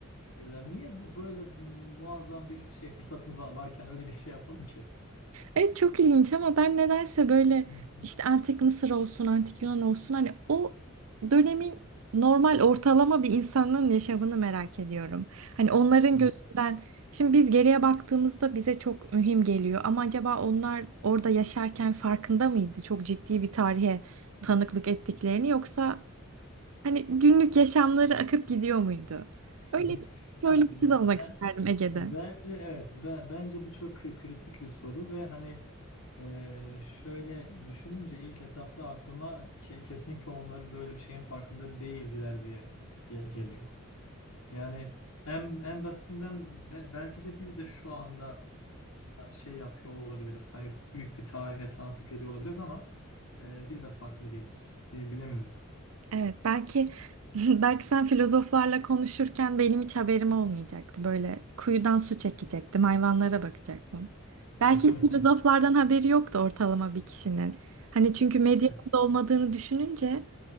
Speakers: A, on the left; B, on the right.
A: Niye bu böyle muazzam bir şey fırsatımız va- varken öyle bir şey yapalım ki?
B: Evet çok ilginç ama ben nedense böyle
A: Hı hı.
B: işte antik Mısır olsun, antik Yunan olsun hani o dönemin normal ortalama bir insanın yaşamını merak ediyorum. Hani onların
A: Hı.
B: gözünden şimdi biz geriye baktığımızda bize çok mühim geliyor ama acaba onlar orada yaşarken farkında mıydı? Çok ciddi bir tarihe tanıklık ettiklerini yoksa hani günlük yaşamları akıp gidiyor muydu?
A: <laughs>
B: Öyle bir, böyle
A: Ya
B: bir kız olmak
A: ben
B: isterdim Ege'de.
A: bence evet Be- bence bu çok kı- kritik bir soru ve hani e, şöyle düşününce ilk etapta aklıma ke- kesinlikle onlar böyle bir şeyin farkında değildiler diye ge- geliyor. Yani en en basitinden be- belki de biz de şu anda şey yapıyor olabiliriz. Hani büyük bir tarihe tanıklık ediyor olabiliriz ama e, biz de farkında değiliz. Bi- Bilemiyorum.
B: Evet, belki <laughs> belki sen filozoflarla konuşurken benim hiç haberim olmayacaktı. Böyle kuyudan su çekecektim, hayvanlara bakacaktım. Belki
A: <laughs>
B: hiç filozoflardan haberi yoktu ortalama bir kişinin. Hani çünkü medyanın
A: Evet.
B: da olmadığını düşününce